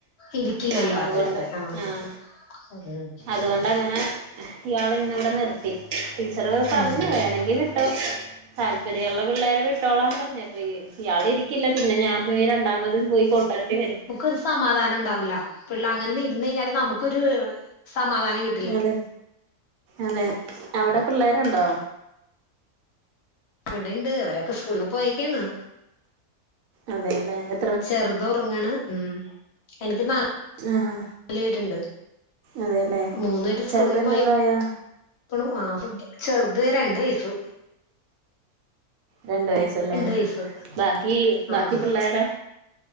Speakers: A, on the left; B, on the right.
A: ഇരിക്കില്ലല്ലോ
B: ആഹ അതുകൊണ്ട്
A: അതെ അതെ ആഹ്
B: ആഹ
A: ഉം <unintelligible>
B: അതുകൊണ്ട്ങ്ങനെ ഇയാളെ ഇന്നിവിടെ നിർത്തി ടീച്ചർ പറഞ്ഞു
A: ഉം
B: വേണങ്കിൽ താല്പര്യമള്ള പിള്ളേരെ വിട്ടോളാ പറഞ്ഞുപ്പൊ ഇയാൾ ഇരിക്കില്ല പിന്നെ ഞാൻ യി രണ്ടാമത് പോയി കൊട്ടരണ്ടി വരും
A: ഒരു സമാധാനം ഉണ്ടാവില്ല പിള്ള അങ്ങനെ ഇരുന്ന് കഴിഞ്ഞാൽ നമുക്കൊരു സമാധാനം കിട്ട
B: അതെ അതെ അവിടെ പിള്ളേരുണ്ടോ
A: ഇവിടെുണ്ട് അവരൊക്കെ സ്കൂളിൽ പോയേക്കാണ്
B: അതെലെ എ
A: ചെറുത് ഉറങ്ങണം എനിക്ക് നാ നാല്
B: ആഹാ
A: പേരുണ്ട്
B: അതെല്ലേ
A: മൂന്നു പേര് സ്കൂളിൽ
B: ചെറുത് എന്ത്
A: പോയി
B: പ്രായാ
A: അ ആ ചെറുത് രണ്ട് വയസു
B: രണ്ട വയസല്ലേ
A: വയസ്സ്
B: ബാക്കി
A: ആഹ്
B: ബാക്കി പിള്ളോര